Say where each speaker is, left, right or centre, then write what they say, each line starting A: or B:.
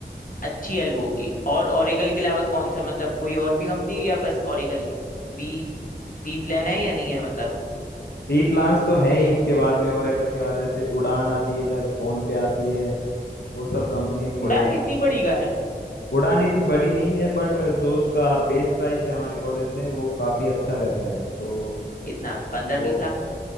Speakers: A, on the left; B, on the left.
A: अच्छी हेल्प होगी और ओरेकल के अलावा कौन सा मतलब कोई और भी कंपनी या बस ओरेकल ही बी बी प्लान है या नहीं है मतलब
B: फ्री प्लान्स तो है ही उसके बाद में ओरेकल के बाद जैसे उड़ान आती है इधर फोन पे आती है वो सब कंपनीज भी
A: उड़ान
B: हैं
A: इतनी बड़ी का है
B: उड़ान इतनी बड़ी नहीं है बट जो उसका बेस प्राइस है हमारे कॉलेज में वो काफी अच्छा रहता है तो
A: कितना पंद्रह
B: वो
A: बीस लाख